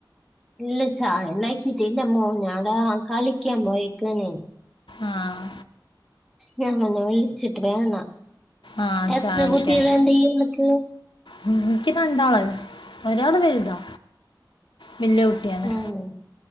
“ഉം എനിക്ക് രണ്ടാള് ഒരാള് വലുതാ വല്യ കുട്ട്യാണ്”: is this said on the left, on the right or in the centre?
Left